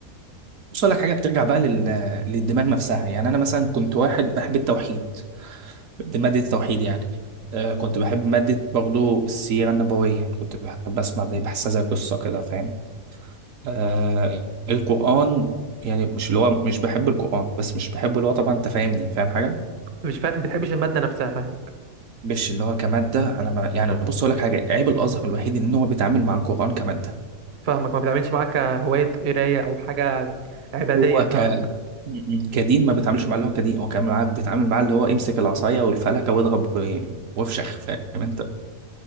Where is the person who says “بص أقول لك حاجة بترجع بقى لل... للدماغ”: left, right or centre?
Right